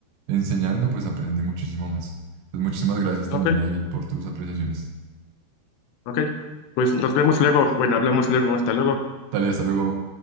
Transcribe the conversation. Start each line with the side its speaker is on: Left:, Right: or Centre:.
Right: enseñando pues aprende muchísimo más. Entonces muchísimas gracias también
Left: Ok,
Right: ahí por tus apreciaciones.
Left: ok. Pues nos vemos luego. Bueno, hablamos luego. Hasta luego.
Right: Dale, hasta luego.